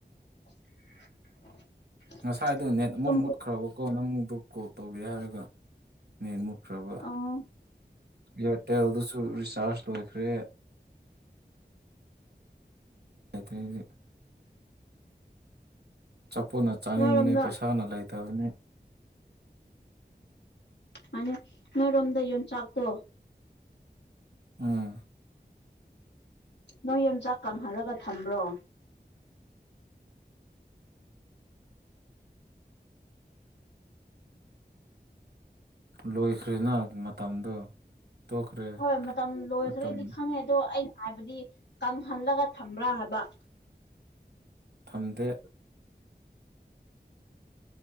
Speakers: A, on the left; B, on the right.
A: <inaudible>
B: ꯉꯁꯥꯏꯗꯣ ꯅꯦꯠ ꯑꯃꯨꯛ
A: ꯇꯨꯝ
B: ꯃꯨꯠꯈ꯭ꯔꯕꯀꯣ ꯅꯪꯗꯣ ꯀꯣꯜ ꯇꯧꯒꯦ ꯍꯥꯏꯔꯒ ꯅꯦꯠ ꯑꯃꯨꯛ ꯈ꯭ꯔꯕ
A: ꯑꯣ
B: ꯏꯌꯥꯔꯇꯦꯜꯗꯨꯁꯨ ꯔꯤꯆꯥꯔꯖ ꯂꯣꯏꯈ꯭ꯔꯦ <unintelligible> ꯆꯥꯄꯣꯠꯅ ꯆꯥꯅꯤꯡꯕꯅꯦ
A: ꯅꯣꯏꯔꯣꯝꯗ
B: ꯄꯩꯁꯥꯅ ꯂꯩꯇꯕꯅꯤ
A: ꯃꯥꯅꯦ ꯅꯣꯏꯔꯣꯝꯗ ꯌꯣꯟꯆꯥꯛꯇꯣ
B: ꯎꯝ
A: ꯅꯣꯏ ꯌꯣꯡꯆꯥꯛ ꯀꯪꯍꯜꯂꯒ ꯊꯝꯕ꯭ꯔꯣ
B: ꯂꯣꯏꯈ꯭ꯔꯦꯅꯥ ꯃꯇꯝꯗꯣ ꯇꯣꯛꯈ꯭ꯔꯦ
A: ꯍꯣꯏ ꯃꯇꯝ ꯂꯣꯏꯗ꯭ꯔꯦꯗꯤ
B: ꯃꯇꯝ
A: ꯈꯪꯉꯦ ꯑꯗꯣ ꯑꯩꯅ ꯍꯥꯏꯕꯗꯤ ꯀꯪꯍꯜꯂꯒ ꯊꯝꯕ꯭ꯔꯥ ꯍꯥꯕ
B: ꯊꯝꯗꯦ